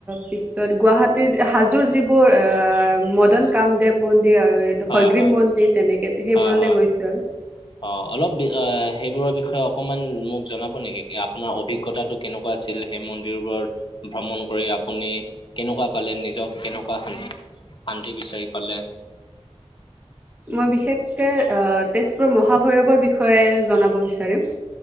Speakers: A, on the right; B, on the left.
A: পিছত গুৱাহাটীৰজ হাজোৰ যিবোৰ আহ মদন কামদেৱ মন্দিৰ আৰু এইটো
B: হয়
A: হয়গ্ৰীৱ
B: হয়
A: মন্দিৰ তেনেকে সেইবোৰলৈ
B: হয় হয়
A: গৈছো আৰু
B: অ অলপ বি অ সেইবোৰৰ বিষয়ে অকমান মোক জনাব নেকি কি আপোনাৰ অভিগ জ্ঞতাটো কেনেকোৱা আছিল সেই মন্দিৰবোৰত ভ্ৰমণ কৰি আপুনি কেনুকোৱা পালে নিজক কেনেকোৱা শান শান্তি বিচাৰি পালে
A: মই বিশেষকে অ তেছপুৰ মহাভৈৰৱৰ বিষয়ে জনাব বিচাৰিম